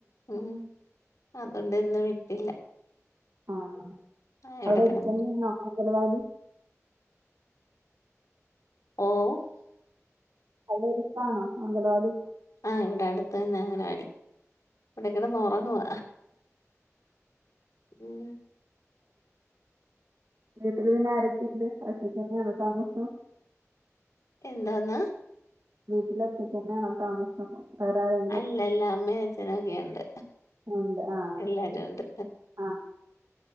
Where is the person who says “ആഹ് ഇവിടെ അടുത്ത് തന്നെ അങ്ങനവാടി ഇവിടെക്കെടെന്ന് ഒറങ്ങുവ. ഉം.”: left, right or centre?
Left